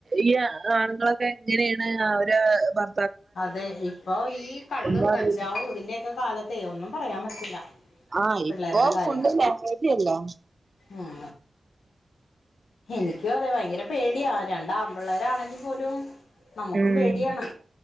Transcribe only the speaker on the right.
ഈ ആണുങ്ങളൊക്കെ എങ്ങനെയാണ് അവരെ ഭർ
ഒന്നും
അറിയില്ല
ആഹ്
ഇപ്പൊ
ഫുള്ള് ലഹരിയല്ലേ
ഉം